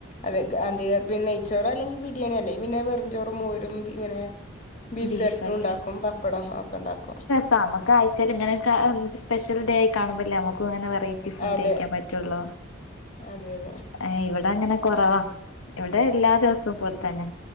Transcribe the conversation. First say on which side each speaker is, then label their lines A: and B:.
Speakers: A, on the left; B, on the left.
A: അതെങ്ക് അതെയൊർ പിൻ <unintelligible> നെയ്ച്ചോറോ അല്ലെങ്കി ബിരിയാണി അല്ലേ പിന്നെ വെറും ചോറും മോരും ഇങ്ങനെ ബീഫ്
B: ബീഫൊക്കെ
A: എരട്ടും ഉണ്ടാക്കും പപ്പടം ഒക്കെ ഉണ്ടാക്കും.
B: നമുക്കും ആഴ്ച്ചേല് ഇങ്ങനെക്കെ ഒര് സ്പെഷ്യൽ ഡേ ആയി കാണുമല്ലേ നമുക്കും അങ്ങനെ വെറയ് റ്റി ഫുഡ്
A: അതെ
B: കഴിക്കാൻ പറ്റൊള്ളു
A: അതെ അതെ
B: ഏയ് ഇവിടെ അങ്ങനെ കൊറവാ. ഇവിടെ എല്ലാ ദിവസവും പോലെ തന്നെ.